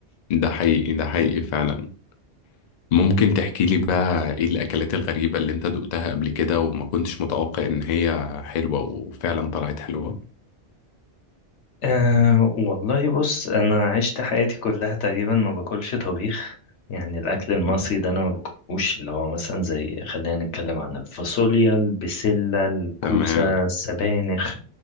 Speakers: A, on the left; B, on the left.
A: ده حقيقي ده حقيقي فعلا ممكن تحكي لي بقى ايه الأكلات الغريبة اللي انت دقتها قبل كده وما كنتش متوقع ان هي حلوة وفعلا طلعت حلوة
B: أه والله بص أنا عشت حياتي كلها تقريبا ما باكلش طبيخ يعني الأكل المصري
A: مم.
B: ده أنا ما باكلهوش اللي هو مثلا زي خلينا نتكلم عن الفاصوليا البسلة الكوسة
A: تمام
B: السبانخ